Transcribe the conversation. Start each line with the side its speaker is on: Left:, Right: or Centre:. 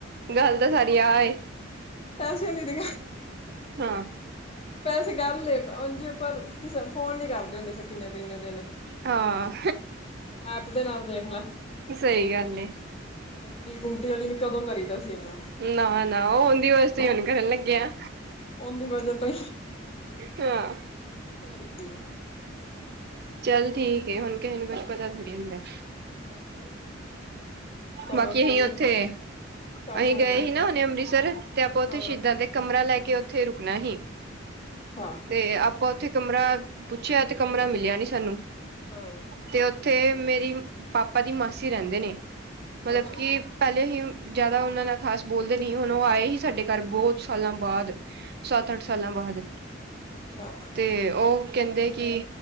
Right: ਗੱਲ ਤਾਂ ਸਾਰੀ ਆਏ।
Left: ਪੈਸੇ ਦੀ ਤੇ।
Right: ਹਾਂ।
Left: ਪੈਸੇ ਕਰ ਲਏ ਪਰ ਕਿਸੇ ਫੋਨ ਨੀ ਕਰਦੇ ਹੁੰਦੇ ਸੀ ਕਿੰਨੇ ਇੰਨੇ ਦਿਨ।
Right: ਹਾਂ
Left: ਐਪ ਦੇ ਨਾਲ ਦੇਖ
Right: ਸਹੀ ਗੱਲ।
Left: ਅਨ ਅੰਜਲੀ ਗੁੰਮਟੀ ਵਾਲੀ ਨੂੰ ਕਦੋਂ ਕਰੀਦਾ ਸੀ। ਇਨਾ
Right: ਨਾ ਨਾ ਉਹਦੀ ਵਾਸਤੇ ਹੁਣ ਕਰਨ ਲੱਗਿਆ।
Left: ਉਹਨੂੰ ਵਜਾ ਤੋਂ
Right: ਹਾਂ
Left: ਹੋਰ ਕੀ।
Right: ਚੱਲ ਠੀਕ ਏ ਹੁਣ ਕਿਸੇ ਨੂੰ ਕੁਛ ਪਤਾ ਥੋੜੀ ਹੁੰਦਾ।
Left: ਹੋਰ ਕੀ। ਕਦੋਂ
Right: ਬਾਕੀ ਅਹੀ
Left: ਕੀ
Right: ਉੱਥੇ
Left: ਹੈ ਕੰਮ
Right: ਅਹੀ ਗਏ
Left: ਆ ਜੇ
Right: ਹੀ ਨਾ ਉਹਨੇ ਅੰਮ੍ਰਿਤਸਰ ਤੇ ਆਪਾਂ ਉੱਥੇ
Left: ਹਾਂ
Right: ਸ਼ਹੀਦਾਂ ਕਮਰਾ ਲੈ ਕੇ ਕੇ ਉੱਥੇ ਰੁਕਣਾ ਹੀ
Left: ਅੱਛਾ
Right: ਤੇ ਆਪਾਂ ਉੱਥੇ ਕਮਰਾ ਪੁੱਛਿਆ ਤੇ ਕਮਰਾ ਮਿਲਿਆ ਨੀ ਸਾਨੂੰ
Left: ਹਾਂ।
Right: ਤੇ ਉੱਥੇ ਮੇਰੀ ਪਾਪਾ ਦੀ ਮਾਸੀ ਰਹਿੰਦੇ ਨੇ
Left: ਅੱਛਾ
Right: ਮਤਲਬ
Left: ਅੱਛਾ
Right: ਕਿ ਪਹਿਲੇ ਹੀ ਜ਼ਿਆਦਾ ਉਹਨਾਂ ਨਾਲ ਖਾਸ ਬੋਲਦੇ ਨਹੀਂ ਹੁਣ ਉਹ ਆਏ ਹੀ ਸਾਡੇ ਘਰ ਬਹੁਤ ਸਾਲਾਂ ਬਾਅਦ ਸੱਤ-ਅੱਠ
Left: ਅੱਛਾ
Right: ਸਾਲਾਂ ਬਾਅਦ
Left: ਅੱਛਾ
Right: ਤੇ ਉਹ ਕਹਿੰਦੇ ਕੀ